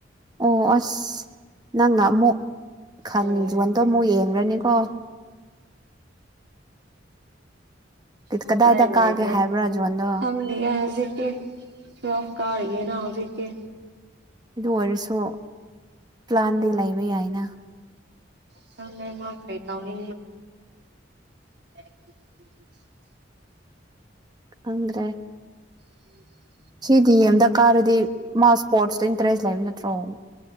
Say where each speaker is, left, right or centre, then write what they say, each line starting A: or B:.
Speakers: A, on the right; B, on the right.
A: ꯑꯣ ꯑꯁ ꯅꯪꯅ ꯑꯃꯨꯛ ꯈꯟꯖꯣꯟꯗꯣ
B: ꯎꯝ
A: ꯑꯃꯨꯛ ꯌꯦꯡ꯭ꯔꯅꯤꯀꯣ
B: ꯎ
A: ꯀꯗꯥꯏꯗ
B: ꯄꯥꯏ ꯂꯥꯛꯑꯒꯦ
A: ꯀꯥꯒꯦ ꯍꯥꯏꯕ꯭ꯔꯥ ꯖꯣꯟꯗꯣ
B: ꯈꯪꯅꯤꯖꯤ ꯆꯣꯐ ꯀꯥꯔꯦꯅ ꯍꯧꯖꯤ ꯀ
A: ꯑꯗꯨ ꯑꯣꯏꯔꯁꯨ ꯄ꯭ꯂꯥꯟꯗꯤ ꯂꯩꯕ ꯌꯥꯏꯅ
B: ꯆꯗꯥꯏ ꯃꯥ ꯀꯔꯤ ꯇꯥꯎꯅꯤ ꯑꯦ
A: ꯑꯗ꯭ꯔꯦ
B: ꯎ
A: ꯁꯤꯗꯤ ꯑꯦꯝꯗ ꯀꯥꯔꯗꯤ ꯃꯥ ꯏꯁꯄꯣꯔꯠꯁꯇ ꯇ꯭ꯔꯁ ꯂꯩꯝ ꯅꯠꯇ꯭ꯔꯣ